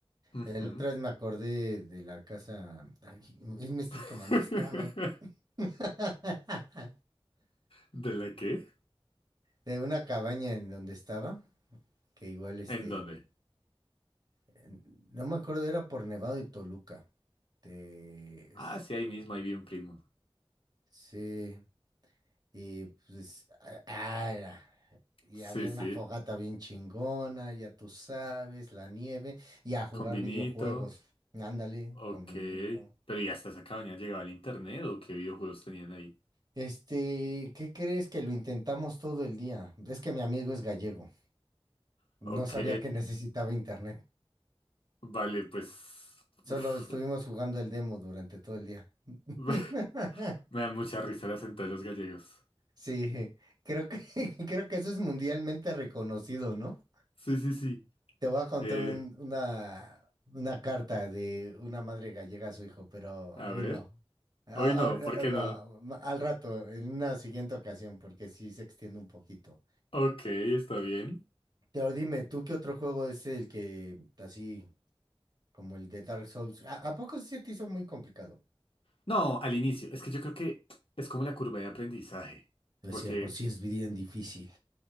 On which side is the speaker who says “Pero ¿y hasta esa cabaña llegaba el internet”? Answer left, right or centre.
Left